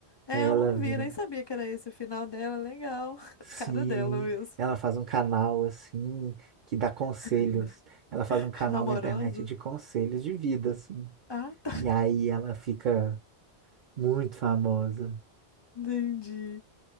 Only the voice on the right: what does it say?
Ela
vira.
Sim,
ela faz um canal assim que dá conselhos.
Ela faz um canal
na internet de conselhos de vida, assim.
E aí ela fica muito famosa.